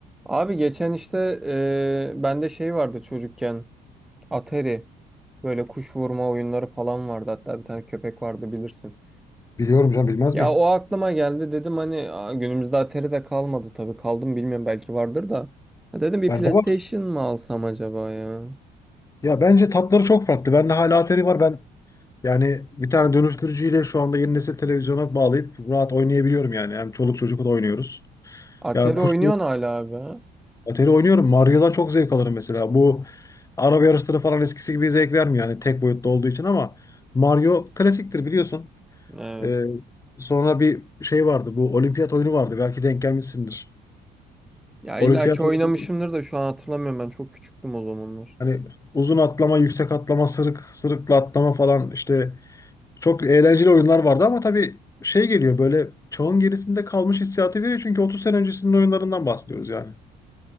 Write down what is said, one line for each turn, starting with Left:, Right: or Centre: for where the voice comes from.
Centre: Abi geçen işte e, bende şey vardı çocukken Atari böyle kuş vurma oyunları falan vardı hatta bir tane köpek vardı bilirsin.
Left: Biliyorum canım bilmez
Centre: Ya
Left: miyim?
Centre: o aklıma geldi dedim hani "Aa, günümüzde Atari de kalmadı tabii kaldım bilmiyorum belki vardır da. Ha, dedim bir
Left: Bende
Centre: PlayStation
Left: var.
Centre: mı alsam acaba ya?
Left: Ya bence tatları çok farklı. Bende hala Atari var. Ben yani bir tane dönüştürücüyle şu anda yeni nesil televizyona bağlayıp rahat oynayabiliyorum yani. Hem çoluk çocukla da oynuyoruz.
Centre: Atari
Left: Ya kuş
Centre: oynuyorsun hala abi ha?
Left: Atari oynuyorum. Mario'dan çok zevk alırım mesela. Bu araba yarışları falan eskisi gibi zevk vermiyor yani tek boyutlu olduğu için ama Mario klasiktir biliyorsun.
Centre: Evet.
Left: Ee, sonra bir şey vardı. Bu olimpiyat oyunu vardı. Belki denk gelmişsindir.
Centre: Ya
Left: Olimpiyat
Centre: illa ki oynamışımdır
Left: oyunu
Centre: da şu an hatırlamıyorum ben çok küçüktüm o zamanlar.
Left: hani uzun atlama, yüksek atlama, sırık sırıkla atlama falan işte Çok eğlenceli oyunlar vardı ama tabii şey geliyor böyle çağın gerisinde kalmış hissiyatı veriyor çünkü 30 sene öncesinin oyunlarından bahsediyoruz yani.